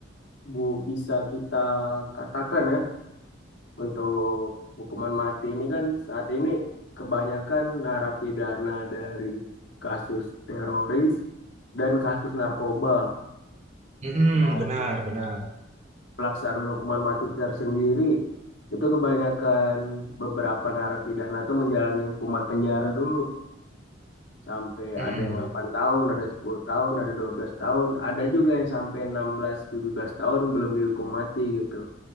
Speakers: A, on the left; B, on the right.
A: bu bisa kita katakan ya untuk hukuman mati ini kan saat ini kebanyakan narapidana dari kasus teroris dan kasus narkoba
B: Mm-mm,
A: dan
B: benar, benar.
A: pelaksanaan hukuman mati tersendiri itu kebanyakan beberapa narapidana itu menjalani hukuman penjara dulu sampai
B: Hmm,
A: ada yang 8 tahun, ada 10 tahun, ada 12 tahun, ada juga yang sampai enam belas tujuh belas tahun belum dihukum mati gitu.